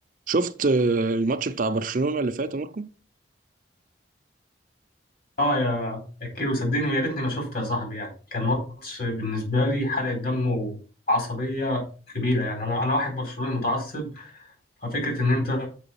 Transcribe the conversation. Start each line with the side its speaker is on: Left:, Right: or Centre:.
Right: شفت آه، الماتش بتاع برشلونة اللي فات يا ماركو
Left: اه يا يا كيلو صدقني ويا ريتني ما شفت يا صاحبي يعني كان ماتش بالنسبه لي حرقه دم وعصبيه كبيره يعني انا انا واحد برشلوني متعصب ففكره ان انت